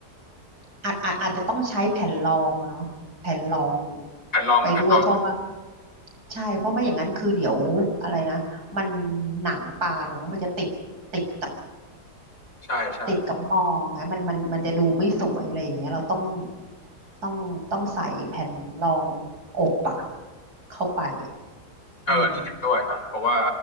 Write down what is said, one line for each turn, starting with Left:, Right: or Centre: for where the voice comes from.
Right: อาจอาจอาจจะต้องใช้แผ่นรองอะเนาะแผ่นรอง
Left: แผ่นรองแผ่นรอง
Right: ไปด้วยเพราะว่าใช่เพราะไม่อย่างนั้นคือเดี๋ยวอะไรนะมันหนังปลาเนาะมันจะติดติดกับ
Left: ใช่ใช่
Right: ติดกับมองไงมันมันมันจะดูไม่สวยอะไรอย่างเงี้ยเราต้องต้องต้องใส่แผ่นรองอบอะเข้าไปอะ
Left: เออนี่เห็นด้วยครับเพราะว่า
Right: อืม